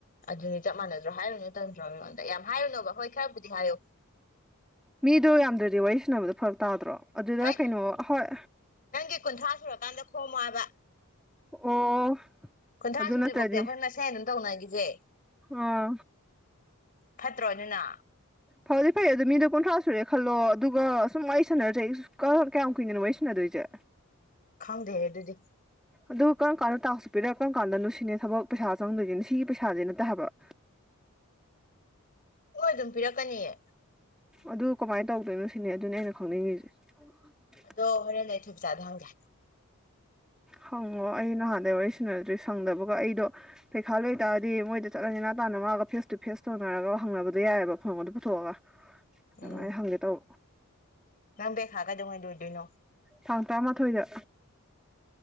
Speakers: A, on the left (about 40°); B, in the centre.
A: ꯑꯗꯨꯗꯤ ꯆꯞ ꯃꯥꯟꯅꯗ꯭ꯔꯣ ꯍꯥꯏꯔꯨꯅ ꯇꯝꯗ꯭ꯔꯣ ꯑꯩꯉꯣꯟꯗ ꯌꯥꯝ ꯍꯥꯏꯔꯨꯅꯣꯕ ꯍꯣꯏ ꯈꯔꯕꯨꯗꯤ ꯍꯥꯏꯌꯨ
B: ꯃꯤꯗꯣ ꯌꯥꯝꯗ꯭ꯔꯗꯤ ꯋꯥꯔꯤ ꯁꯟꯅꯕꯗꯣ ꯐꯔꯛ ꯇꯥꯗ꯭ꯔꯣ ꯑꯗꯨꯗ
A: ꯍꯩꯠ
B: ꯀꯩꯅꯣ ꯑ ꯍꯣꯏ
A: ꯅꯪꯒꯤ ꯀꯨꯟꯊ꯭ꯔꯥ ꯁꯨꯔꯀꯥꯟꯗ ꯈꯣꯝꯃꯣ ꯍꯥꯏꯕ
B: ꯑꯣ
A: ꯀꯨꯟꯊ꯭ꯔꯥ
B: ꯑꯗꯨ
A: ꯁꯨꯗ꯭ꯔꯤꯕꯧꯇꯤ
B: ꯅꯠꯇ꯭ꯔꯗꯤ
A: ꯑꯩꯈꯣꯏ ꯃꯁꯦꯟ ꯑꯗꯨꯝ ꯇꯧꯅꯈꯤꯁꯦ
B: ꯑꯥ
A: ꯐꯠꯇ꯭ꯔꯣ ꯑꯗꯨꯅ
B: ꯐꯕꯨꯗꯤ ꯐꯩ ꯑꯗꯣ ꯃꯤꯗꯣ ꯀꯨꯟꯊ꯭ꯔꯥ ꯁꯨꯔꯦ ꯈꯜꯂꯣ ꯑꯗꯨꯒ ꯁꯨꯝ ꯋꯥꯔꯤ ꯁꯥꯟꯅꯔꯖꯩ ꯀꯥ ꯀꯌꯥꯝ ꯀꯨꯏꯅꯅꯣ ꯋꯥꯔꯤ ꯁꯥꯟꯅꯗꯣꯏꯁꯦ
A: ꯈꯪꯗꯦꯍꯦ ꯑꯗꯨꯗꯤ
B: ꯑꯗꯨ ꯀꯔꯝ ꯀꯥꯟꯗ ꯇꯥꯛꯁ ꯄꯤꯔꯥ ꯀꯔꯝ ꯀꯥꯟꯗꯅꯣ ꯁꯤꯅꯦ ꯊꯕꯛ ꯄꯩꯁꯥ ꯆꯪꯗꯣꯏꯁꯤꯅ ꯁꯤꯒꯤ ꯄꯩꯁꯥꯥꯁꯦ ꯅꯠꯇꯦ ꯍꯥꯏꯕ
A: ꯃꯣꯏ ꯑꯗꯨꯝ ꯄꯤꯔꯛꯀꯅꯤꯌꯦ
B: ꯑꯗꯨ ꯀꯃꯥꯏ ꯇꯧꯗꯣꯏꯅꯣ ꯁꯤꯅꯦ ꯑꯗꯨꯅꯦ ꯑꯩꯅ ꯈꯪꯅꯤꯡꯉꯤꯁꯦ <inaudible>
A: ꯑꯗꯣ ꯍꯣꯔꯦꯟ ꯑꯩ ꯊꯣꯏꯕꯤꯆꯥꯗ ꯍꯪꯒꯦ
B: ꯍꯪꯉꯣ ꯑꯩ ꯅꯍꯥꯟꯗꯩ ꯋꯥꯔꯤ ꯁꯥꯟꯅꯗ꯭ꯔꯤ ꯁꯪꯗꯕꯒ ꯑꯩꯗꯣ ꯄꯩꯈꯥ ꯂꯣꯏꯇꯥꯥꯔꯗꯤ ꯃꯣꯏꯗ ꯆꯠꯂ ꯅꯦꯅꯥ ꯇꯥꯅ ꯃꯥꯒ ꯐꯦꯁ ꯇꯨ ꯐꯦꯁ ꯇꯧꯅꯔꯒ ꯍꯪꯅꯕꯗꯣ ꯌꯥꯏꯕ ꯐꯣꯟꯒꯗꯣ ꯄꯨꯊꯣꯛꯑꯒ ꯑꯗꯨꯃꯥꯏ
A: ꯎꯝ
B: ꯍꯪꯒꯦ ꯇꯧ
A: ꯅꯪ ꯄꯩꯈꯥ ꯀꯩꯗꯧꯉꯩ ꯂꯣꯏꯗꯣꯏꯅꯣ
B: ꯇꯥꯡ ꯇꯔꯥꯃꯥꯊꯣꯏꯗ